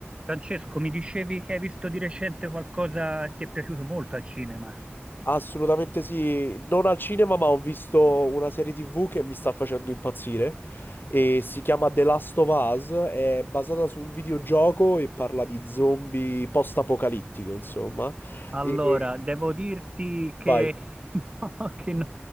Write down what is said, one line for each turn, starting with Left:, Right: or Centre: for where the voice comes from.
Right: Francesco, mi dicevi che hai visto di recente qualcosa che ti è piaciuto molto al cinema.
Left: Assolutamente sì, non al cinema, ma ho visto una serie TV che mi sta facendo impazzire e si chiama The Last of Us, è basata su un videogioco e parla di zombie post-apocalittico, insomma.
Right: Allora,
Left: E
Right: devo dirti che...
Left: vai,
Right: <laughs> no, che no.